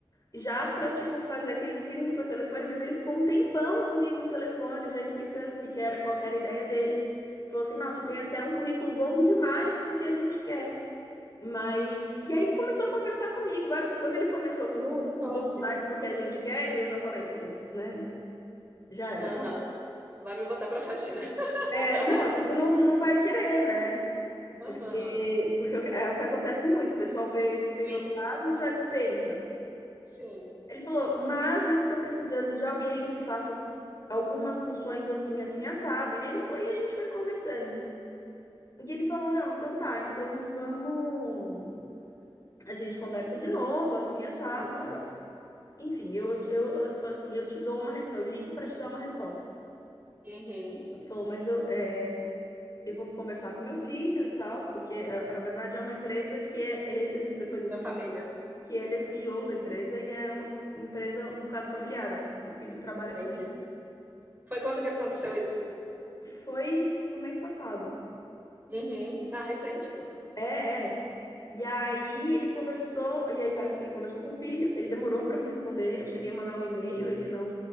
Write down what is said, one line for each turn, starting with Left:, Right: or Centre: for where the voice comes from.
Left: já para tipo fazer aquele screening por telefone, mas ele ficou um tempão comigo no telefone, já explicando o que que era, qual que era a ideia dele. Falou assim: "Nossa, tem até um currículo bom demais pro que a gente quer". Mas e aí começou a conversar comigo, várias quando ele começou com
Right: Uh,
Left: currículo
Right: que top.
Left: bom demais pro que a gente quer, eu já falei: "Puta, né? Já era".
Right: Aham. Vai me botar pra faxina. <laughs>
Left: É, não, tipo, não, não vai querer, né?
Right: Aham.
Left: Porque, porque é o que acontece muito, o pessoal vê que tem
Right: Bem,
Left: doutorado, já dispensa.
Right: Sim.
Left: Ele falou, mas eu tô precisando de alguém que faça algumas funções assim, assim, assado. E ele foi e a gente foi conversando. E ele falou, não, então tá, então vamos. A gente conversa de novo, assim, assado. tarará. Enfim, eu, eu, eu falei assim, eu te dou uma resposta, eu ligo pra te dar uma resposta.
Right: Uhum.
Left: Ele falou, mas eu, é, eu vou conversar com meu filho e tal, porque a- na verdade é uma empresa que é. é- <laughs> Depois eu
Right: da
Left: descobri
Right: família.
Left: que ele é CEO da empresa e é uma f- empresa um bocado familiar, o f- o filho trabalha
Right: Entendi.
Left: com ele.
Right: Foi quando que aconteceu isso?
Left: Foi, tipo, mês passado.
Right: Uhum. Ah, recente, pô.
Left: É, é. E aí ele conversou, e aí parece que ele conversou com o filho, ele demorou para me responder, eu cheguei a mandar um e-mail, ele não,